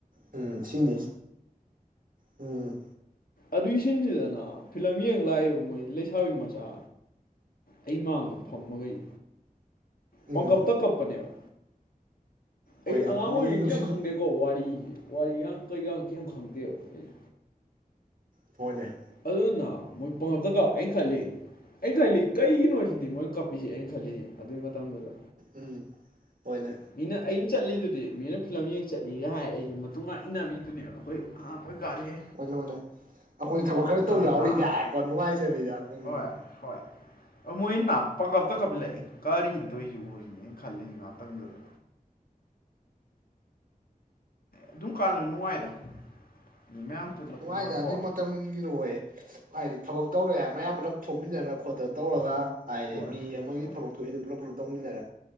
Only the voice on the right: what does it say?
ꯎꯝ ꯁꯤꯅꯤ ꯎꯝ
ꯎꯝ
ꯍꯣꯏꯅꯦ
ꯃꯤ
ꯅꯨꯡꯁꯤꯟ
ꯐꯣꯟꯅꯦ
ꯎꯝ ꯍꯣꯏꯅꯦ
ꯍꯣꯏꯅꯦ ꯍꯣꯏꯅꯦ ꯑꯩꯈꯣꯏꯅ ꯊꯕꯛ ꯈꯔ ꯇꯧ
ꯌꯥꯎꯔꯤꯒꯏꯀꯣ
ꯅꯨꯡꯉꯥꯏꯖꯕꯤꯗ‌ꯣ ꯑꯩꯈꯣꯏꯒꯤ
ꯍꯅꯨꯡꯥꯏꯗ
ꯑꯗꯨꯏ
ꯃ ꯇꯝꯒꯤꯅꯣ ꯑꯣꯏꯌꯦ ꯍꯥꯏꯗꯤ ꯊꯕꯛ ꯇꯧꯔꯦ ꯍꯥꯏ ꯃꯌꯥꯝ ꯄꯨꯜꯂꯞ ꯊꯣꯛꯃꯤꯟꯅꯔꯒ ꯈꯣꯠꯇꯅ ꯇꯧꯔꯒ ꯍꯥꯏꯔꯦ
ꯃꯤ ꯑꯃꯒꯤ
ꯊꯕꯛ ꯊꯣꯛꯏꯗꯣ ꯄꯨꯂꯞ ꯄꯨꯂꯞ ꯇꯧꯃꯤꯟꯅꯔꯦ